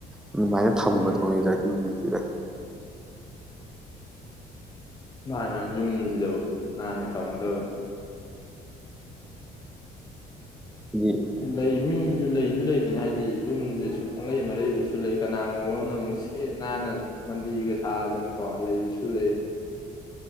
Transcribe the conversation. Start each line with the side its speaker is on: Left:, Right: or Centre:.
Centre: ꯑꯗꯨꯃꯥꯏꯅ ꯊꯝꯒ
Left: ꯎꯝ
Centre: ꯗꯧꯅꯤꯗ ꯌꯨꯝꯖꯤꯗꯤ ꯚꯥꯢ
Left: ꯃꯥꯅꯤ ꯃꯥꯅꯤ ꯌꯨꯝ ꯌꯨꯝꯖꯤꯗꯕꯨ ꯅꯥꯟꯅ ꯊꯝꯒꯗꯕꯅꯤ
Centre: ꯍꯥꯏꯗꯤ
Left: ꯂꯩ ꯃꯤ ꯂꯩꯁꯨ ꯂꯩꯗꯅ ꯍꯥꯏꯗꯤ ꯌꯨꯝꯖꯦ ꯁꯨꯝ ꯄꯪꯂꯩ ꯃꯔꯩꯕꯁꯨ ꯂꯩ ꯀꯅꯥꯒꯨꯝꯕ ꯑꯃꯅ ꯃꯨꯛ ꯁꯤꯠ ꯅꯥꯟꯅ ꯃꯟꯗꯤꯔꯒ ꯁꯥꯗꯅꯀꯣ ꯂꯩꯕꯁꯨ ꯂꯩ